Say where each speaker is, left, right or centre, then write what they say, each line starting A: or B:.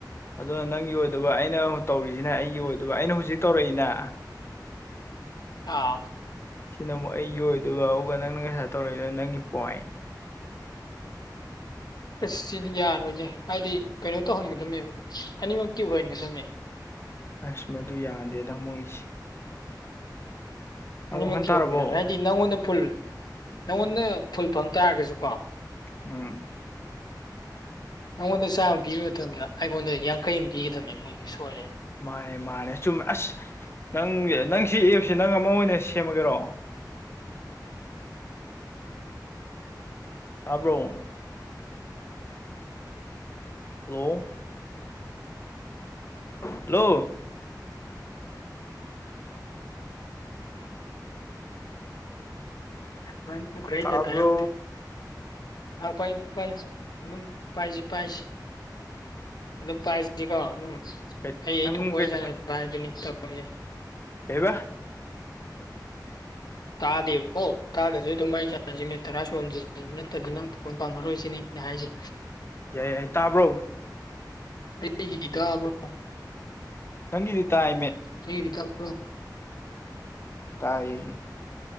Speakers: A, on the left (about 35°); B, on the left (about 65°).
A: ꯑꯗꯨ ꯅꯪꯒꯤ ꯑꯣꯏꯗꯕ ꯑꯩꯅ ꯇꯧꯔꯤꯁꯤꯅ ꯑꯩꯒꯤ ꯑꯣꯏꯗꯕ ꯑꯩꯅ ꯍꯧꯖꯤꯛ ꯇꯧꯔꯛꯏꯅ? <inaudible>
B: ꯑꯥꯎ꯫
A: ꯁꯤꯅ ꯑꯃꯨꯛ ꯑꯩꯒꯤ ꯑꯣꯏꯗꯨꯕ ꯑꯧꯒ ꯅꯪꯅ ꯉꯁꯥꯏ ꯇꯧꯔꯛꯏꯗꯣ ꯅꯪꯒꯤ ꯄꯣꯏꯟ꯫
B: ꯑꯁ ꯁꯤꯗꯤ ꯌꯥꯔꯣꯏꯅꯦ ꯍꯥꯏꯗꯤ ꯀꯩꯅꯣ ꯇꯧꯍꯟꯒꯗꯅꯦꯕ ꯑꯅꯤꯃꯛꯀꯤ ꯑꯣꯏꯍꯟꯒꯗꯕꯅꯦ꯫
A: ꯑꯁ ꯃꯗꯨ ꯌꯥꯗꯦ ꯇꯃꯣꯏꯒꯤꯁꯦ꯫
B: ꯑꯅꯤꯃꯛꯀꯤ
A: ꯋꯥꯈꯜ ꯇꯥꯔꯕꯣ
B: ꯑꯣꯏꯍꯟꯒꯗꯕꯅꯦ ꯍꯥꯏꯗꯤ ꯅꯪꯉꯣꯟꯗ ꯐꯨꯜ ꯅꯪꯉꯣꯟꯗ ꯐꯨꯜ ꯐꯪ ꯇꯥꯔꯒꯁꯨ ꯀꯣ,
A: ꯎꯝ
B: ꯅꯉꯣꯟꯗ ꯆꯥꯝꯃ ꯄꯤꯕ ꯃꯇꯝꯗ ꯑꯩꯉꯣꯟꯗ ꯌꯥꯡꯈꯩ ꯑꯃ ꯄꯤꯒꯗꯕꯅꯦ ꯃꯣꯏꯁꯦ ꯁꯣꯏꯔꯦ꯫
A: ꯃꯥꯅꯦ ꯃꯥꯅꯦ ꯆꯨꯝꯃꯦ ꯑꯁ ꯅꯪ ꯅꯪ ꯁꯤ ꯑꯦꯞꯁꯦ ꯅꯪ ꯑꯃ ꯑꯣꯏꯅ ꯁꯦꯝꯃꯒꯦꯔꯣ? ꯇꯥꯕ꯭ꯔꯣ? ꯍꯜꯂꯣ! ꯍꯜꯂꯣ!
B: ꯃꯩ ꯃꯨꯠꯈ꯭ꯔꯦ
A: ꯇꯥꯕ꯭ꯔꯣ
B: ꯗꯇꯥ ꯌꯥꯎꯗꯦ꯫ ꯑꯥ ꯄꯥꯏꯌꯨ ꯄꯥꯏꯌꯨ ꯑꯗꯨꯝ ꯄꯥꯏꯁꯤ ꯄꯥꯏꯁꯤ꯫ ꯑꯗꯨꯝ ꯄꯥꯏꯁꯤꯀꯣ ꯑꯗꯨꯝ
A: ꯀꯩ
B: ꯑꯩ ꯑꯩ
A: ꯅꯪ
B: ꯊꯣꯛꯄ ꯋꯥꯔꯤ
A: ꯀꯩ
B: ꯁꯥꯟꯅꯕ ꯄꯥꯏꯗꯨꯅꯤ ꯇꯧꯔꯤꯁꯦ꯫
A: ꯀꯔꯤꯕ?
B: ꯇꯥꯗꯦꯕ ꯀꯣ ꯇꯥꯗ꯭ꯔꯥꯁꯨ ꯑꯗꯨ ꯋꯥꯔꯤ ꯁꯥꯟꯅꯁꯤ ꯃꯤꯅꯤꯠ ꯇꯔꯥ ꯁꯨꯍꯟꯁꯤ ꯅꯠꯇ꯭ꯔꯗꯤ ꯅꯪ ꯄꯣꯏꯟ ꯍꯪꯉꯔꯣꯏꯁꯤꯅꯦ ꯑꯩꯅ ꯍꯥꯏꯔꯤꯁꯦ꯫
A: ꯌꯥꯏ ꯌꯥꯏ ꯇꯥꯕ꯭ꯔꯣ?
B: ꯑꯩꯒꯤꯗꯤ ꯇ꯭ꯥꯕꯔꯣ?
A: ꯅꯪꯒꯤꯗꯤ ꯇꯥꯏ꯫
B: ꯑꯩꯒꯤꯗꯤ ꯇꯕ꯭ꯔꯣ?
A: ꯇꯥꯏ꯫